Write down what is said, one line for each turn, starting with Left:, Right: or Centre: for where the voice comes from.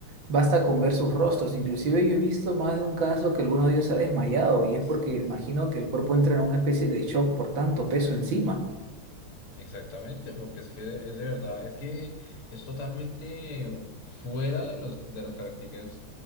Right: basta con ver sus rostros, inclusive yo he visto más de un caso que alguno de ellos se ha desmayado y es porque imagino que el cuerpo entra en una especie de shock por tanto peso encima.
Left: Exactamente, porque es que es de verdad, es que es totalmente fuera de los, de las características